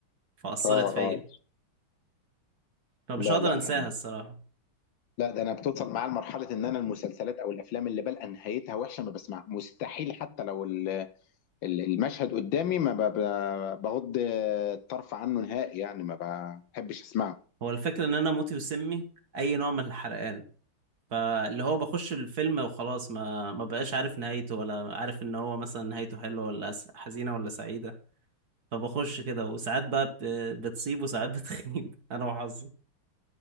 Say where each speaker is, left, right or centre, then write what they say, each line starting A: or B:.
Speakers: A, on the right; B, on the left.
A: فاثرت
B: اه
A: فيا
B: اه
A: فمش
B: لا
A: هقدر
B: لا
A: انساها الصراحه
B: لا ده انا بتوصل معايا لمرحله ان انا المسلسلات او الافلام اللي بلقى نهايتها وحشه ما بسمع مستحيل حتى لو ال- ال- المشهد قدامي ما ب- ب- بغض الطرف عنه نهائي يعني ما بحبش اسمعه
A: هو الفكره ان انا موتي وسمي اي نوع من الحرقان فاللي هو بخش الفيلم وخلاص ما ما بقاش عارف نهايته ولا عارف ان هو مثلا نهايته حلوه ولا س- حزينه ولا سعيده فبخش كده وساعات بقى بت- بتصيب وساعات بتخيب <laughs> انا وحظي